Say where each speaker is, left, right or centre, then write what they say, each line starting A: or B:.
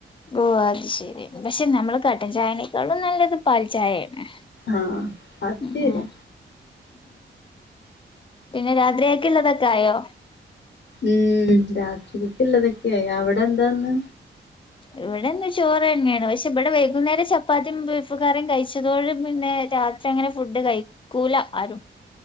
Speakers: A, on the left; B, on the left.
A: ഓഹ് അത് ശെരി പക്ഷെ നമ്മള് കട്ടൻ ചായനേക്കാളും നല്ലത് പാൽ ചായയാണ്
B: ആഹ് അത്
A: ഉം
B: ശരിയാ
A: ഉം പിന്നെ രാത്രിയക്കെള്ളതൊക്കെ ആയോ
B: ഉം രാത്രികക്ക് ഉള്ളതൊക്കെയായി അവിടെ എന്താന്ന്
A: ഇവിടെന്ന് ചോറ് തന്നെയാണ് പക്ഷെ ഇവിടെ വൈകുന്നേരം ചപ്പാത്തിയും ബീഫ് കറിം കഴിച്ചതോണ്ട് പിന്നെ രാത്രി <unintelligible> അങ്ങനെ ഫുഡ് കഴിക്കൂല ആരും